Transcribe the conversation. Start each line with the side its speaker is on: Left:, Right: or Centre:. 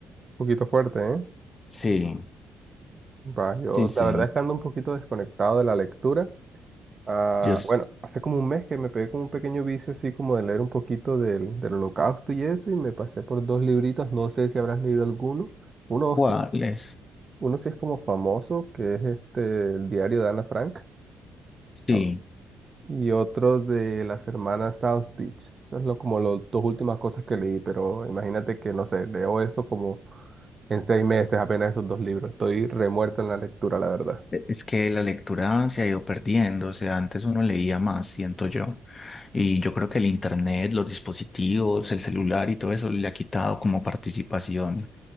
Right: poquito fuerte, ¿eh?
Left: Sí,
Right: Va, yo
Left: sí, sí.
Right: la verdad es que ando un poquito desconectado de la lectura. Ah,
Left: Yo, s-
Right: bueno, hace como un mes que me pegué con un pequeño vicio así como de leer un poquito del, del Holocausto y eso, y me pasé por dos libritos, no sé si habrás leído alguno. Uno
Left: ¿cuál
Right: sí,
Left: es?
Right: uno sí es como famoso, que es este el diario de Ana Frank,
Left: Sí.
Right: al- y otro de las hermanas South Beach. Eso es lo, como las dos últimas cosas que leí, pero imagínate que, no sé, leo eso como en seis meses apenas esos dos libros. Estoy remuerto en la lectura, la verdad.
Left: e, Es que la lectura se ha ido perdiendo, o sea, antes uno leía más, siento yo, y yo creo que el internet, los dispositivos, el celular y todo eso le ha quitado como participación